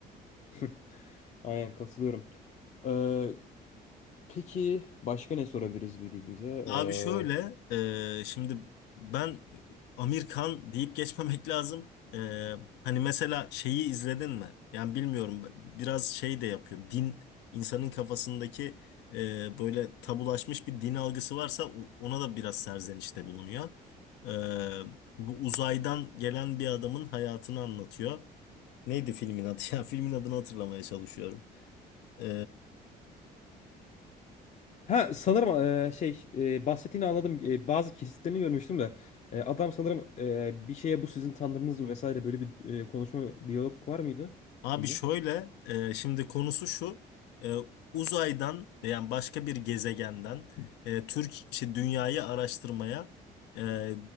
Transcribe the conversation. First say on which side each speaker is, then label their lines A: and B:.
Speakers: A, on the left; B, on the left.
A: <laughs> Aynen katılıyorum. Ee, peki başka ne sorabiliriz birbirimize? Ee,
B: Abi şöyle, e, şimdi ben Amerikan deyip geçmemek <laughs> lazım. E, hani mesela şeyi izledin mi? Yani bilmiyorum, biraz şey de yapıyor. Din insanın kafasındaki e, böyle tabulaşmış bir din algısı varsa o- ona da biraz serzenişte bulunuyor. E, bu uzaydan gelen bir adamın hayatını anlatıyor. Neydi filmin adı <laughs> ya? Filmin adını hatırlamaya çalışıyorum. E,
A: Ha sanırım e, şey e, bahsettiğini anladım. E, bazı kesitlerini görmüştüm de E, adam sanırım e, bir şeye bu sizin tanrınız mı vesaire böyle bir e, konuşma diyalog var mıydı
B: Abi
A: filmde?
B: şöyle, e, şimdi konusu şu, e, uzaydan yani başka bir gezegenden e, Türk işte dünyayı araştırmaya e,